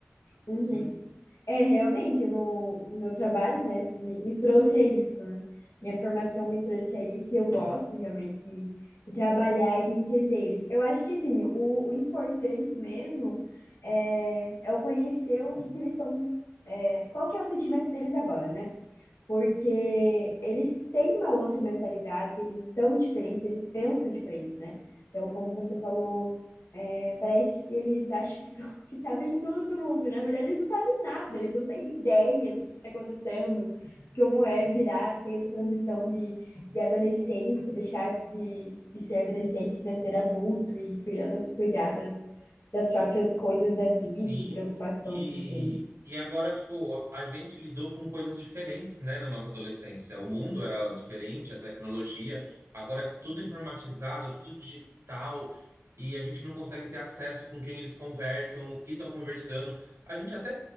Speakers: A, on the left; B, on the right.
A: uhum.
B: Sim.
A: É, realmente, eu não- o meu trabalho, né, me, me trouxe a isso, né? Minha formação me trouxe a isso e eu gosto realmente de, de trabalhar e de entender eles. Eu acho que, assim, o, o importante mesmo é, é eu conhecer o que que eles estão, é, qual que é o sentimento deles agora, né? porque eles têm uma outra mentalidade, eles são diferentes, eles pensam diferentes, né? Então, como você falou, é, parece que eles acham que, são, <laughs> que sabem tudo do mundo, né? na verdade eles não sabem nada, eles não têm ideia do que está acontecendo, como é virar, ter essa transição de, de adolescência, deixar de, de ser adolescente para ser adulto e cuidar, da- cuidar das, das próprias coisas da vida
B: Sim.
A: e preocupações,
B: E,
A: assim.
B: e agora, tipo, a gente lidou com coisas diferentes, né, na nossa adolescência. O mundo era diferente, a tecnologia. Agora é tudo informatizado, tudo digital. E a gente não consegue ter acesso com quem eles conversam, o que estão conversando. A gente até